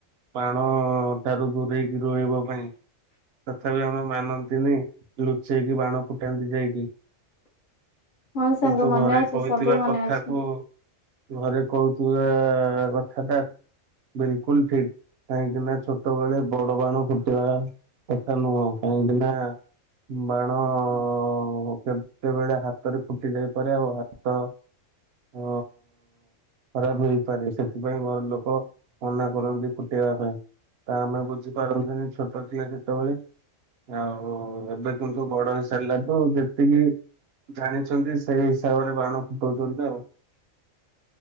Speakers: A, on the right; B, on the left.
A: ବାଣ ଠାରୁ ଦୂରେଇକି ରହିବା ପାଇଁ ତଥାପି ଆମେ ମାନନ୍ତିନି ଲୁଚେଇକି ବାଣ ଫୁଟାନ୍ତି ଯାଇକି।
B: ହଁ ସାଙ୍ଗ
A: କିନ୍ତୁ
B: ମନେ
A: ଘରେ
B: ଅଛି
A: କହିଥିବା
B: ସବୁ ମନେ
A: କଥାକୁ
B: ଅଛି।
A: ଘରେ କହୁଥିବା କଥା ଟା ବିଲକୁଲ ଠିକ୍। କାହିଁକି ନା ଛୋଟବେଳେ ବଡ ବାଣ ଫୁଟିବା କଥା ନୁହଁ କାହିଁକି ନା ବାଣ ହଉ କେତେବେଳେ ହାତରେ ଫୁଟି ଯାଇପାରେ ଆଉ ହାତ ଅ ଖରାପ ହେଇପାରେ ସେଥିପାଇଁ ଘର ଲୋକ ମନା କରନ୍ତି। ଫୁଟେଇବା ପାଇଁ ତ ଆମେ ବୁଝିପାରନ୍ତିନି ଛୋଟ ଥିଲା ସେତେବେଳେ ଆଉ ଏବେ କିନ୍ତୁ ବଡ ହେଇସାରିଲା କୁ ଯେତିକି ଜାଣିଛନ୍ତି ସେଇ ହିସାବରେ ବାଣ ଫୁଟଉଛନ୍ତି ଆଉ।